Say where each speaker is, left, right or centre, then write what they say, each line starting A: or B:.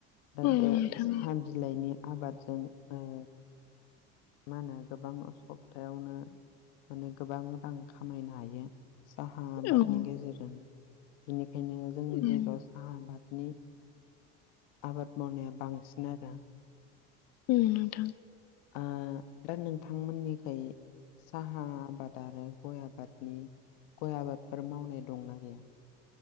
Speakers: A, on the left; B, on the left.
A: दा
B: औ नोंथां
A: बे साहा बिलाइनि आबादजों ओ मा होनो गोबां सप्तायावनो माने गोबां रां खामायनो हायो साहा आबादनि
B: ओं
A: गेजेरजों बेनिखायनो जोंनि
B: उम
A: जायगायाव हा आबादनि आबाद मावनाया बांसिन आरो
B: उम नोंथां
A: आ दा नोंथांमोननिखै साहा आबाद आरो गय आबादनि गय आबादफोर मावनाय दंना गैया